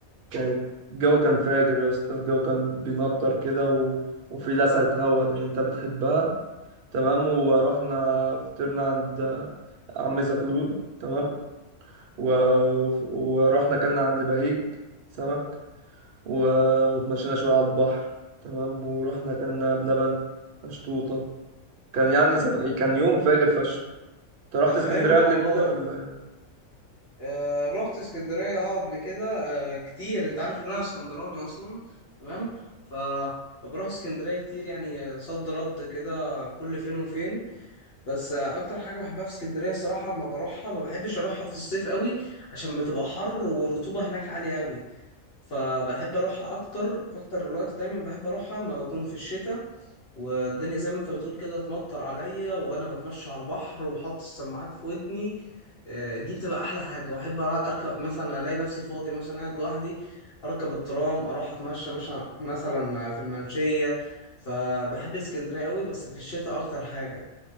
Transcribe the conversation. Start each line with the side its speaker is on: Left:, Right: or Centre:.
Right: كانت الجو كان فاجر يا اسطى الجو كان بينطر كده و... وفي لسعه هوا دي اللي انت بتحبها تمام ورحنا فطرنا عند عم زغلول تمام و... و- ورحنا كلنا عند بهيج سمك و... وتمشينا شويه على البحر تمام ورحنا كلنا بلبن مشطوطه كان يعني سف... كان يوم فاجر فشخ انت رحت
Left: طب
Right: اسكندريه
Left: حلو والله
Right: قبل كده ولا إيه؟
Left: آه رحت اسكندرية اه قبل كده آه كتير انت عارف ان انا اسكندراني اصلا تمام ف فبروح اسكندرية كتير يعني آه، صد رد كده كل فين وفين بس آه اكتر حاجة بحبها في اسكندرية الصراحة لما بروحها ما بحبش اروحها في الصيف قوي عشان بتبقى حر والرطوبة هناك عالية قوي فبحب اروحها اكتر اكتر الوقت دايما بحب اروحها اما بكون في الشتاء والدنيا زي ما انت بتقول كده تمطر عليا وانا بتمشى على البحر وحط السماعات في ودني آه، دي بتبقى احلى حاجه واحب أرا- اركب مثلا الاقي نفسي فاضي مثلا قاعد لوحدي اركب الترام اروح اتمشى مثلا مثلا في المنشيه فبحب اسكندريه قوي بس في الشتاء اكتر حاجه